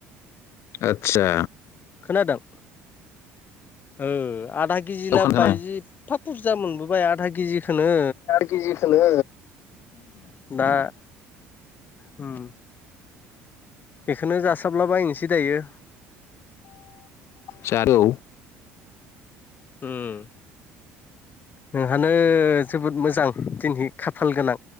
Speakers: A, on the left; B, on the left.
A: आदसा
B: खोनादों ओ आधा केजि लाबोबाय
A: खोनादों
B: एफा बुरजा मोनबोबाय आधा केजिखोनो
A: केजिखोनो
B: दा उम बेखोनो जासाबला बबायनोसै दायो।
A: जा औ
B: उम नोंहानो जोबोद मोजां दिनै खाफाल गोनां